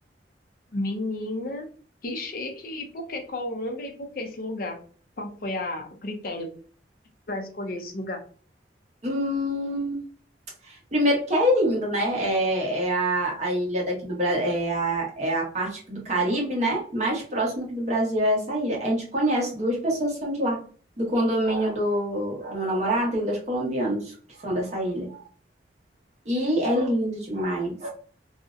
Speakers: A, on the left; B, on the right.
A: Menina, que chique. E por que Colômbia e por que esse lugar? Qual foi a, o critério para escolher esse lugar?
B: Hum, primeiro que é lindo, né? É, é a, a ilha daqui do Brasil, é a, é a parte do Caribe, né? Mais próxima aqui do Brasil é essa ilha. A gente conhece duas pessoas que são de lá. Do condomínio do, do meu namorado, tem dois colombianos que são dessa ilha. E é lindo demais.